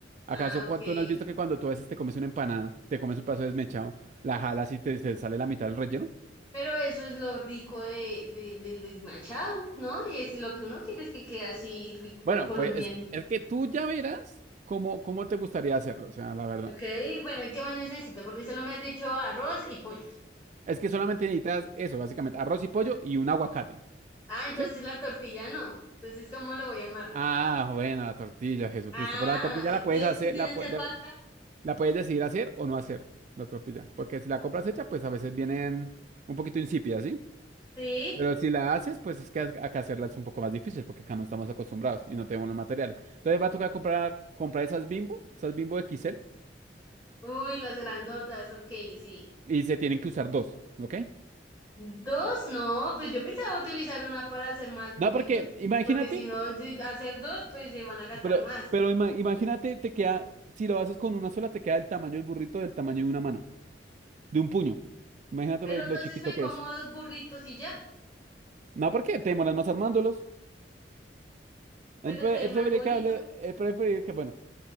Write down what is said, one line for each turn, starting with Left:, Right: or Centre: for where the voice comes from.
Right: ¿Acaso
Left: Ah, ok.
Right: cua- no has visto que cuando tú a veces te comes una empanada, te comes un pedazo desmechado, la jalas y te, te sale la mitad del relleno?
Left: Pero eso es lo rico de, de- del desmachado, ¿no? Y es lo que uno quiere es que quede así rico
Right: Bueno,
Left: colombiano.
Right: pues es, es que tú ya verás cómo, cómo te gustaría hacerlo, o sea, la verdad.
Left: Ok, bueno, ¿y qué más necesito? Porque solo me has dicho arroz y pollo.
Right: Es que solamente necesitas eso, básicamente, arroz y pollo y un aguacate,
Left: Ah, entonces
Right: ¿sí?
Left: la tortilla no. Entonces, ¿cómo lo voy a amarrar?
Right: Ah, bueno, la tortilla, Jesucristo.
Left: Ah,
Right: Pero la tortilla
Left: entonces,
Right: la puedes hacer,
Left: ¿qué tienes
Right: la, pue-
Left: que
Right: la,
Left: falta?
Right: la puedes decidir hacer o no hacer, la tortilla. Porque si la compras hecha, pues a veces vienen un poquito insípidas, ¿sí?
Left: Sí.
Right: Pero si la haces, pues es que ac- acá hacerla es un poco más difícil porque acá no estamos acostumbrados y no tenemos los materiales. Entonces va a tocar comprar, comprar esas Bimbo, esas Bimbo XL
Left: Uy, las grandotas, ok, sí.
Right: y se tienen que usar dos, ¿ok?
Left: Dos, no, pues yo pensaba utilizar una para hacer más burritos,
Right: No, porque imagínate,
Left: porque si
Right: tú-
Left: no, si hacer dos, pues se van a gastar
Right: pero,
Left: más.
Right: pero ima- imagínate, te queda, si lo haces con una sola, te queda el tamaño del burrito del tamaño de una mano, de un puño. Imagínate
Left: Pero
Right: lo, lo
Left: entonces
Right: chiquito
Left: me
Right: que
Left: como
Right: es.
Left: dos burritos y ya,
Right: No, porque te demoras más armándolos.
Left: pero
Right: Es pre-
Left: se ve
Right: es
Left: más
Right: preferible
Left: bonito.
Right: que, hable- es preferible que, bueno,